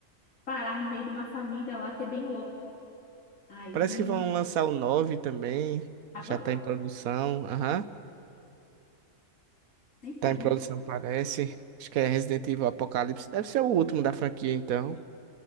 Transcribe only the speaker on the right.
Parece que vão lançar o 9 também.
Já
tá em produção. Aham.
Tá em produção, parece. Acho que é Resident Evil Apocalipse. Deve ser o último da franquia, então.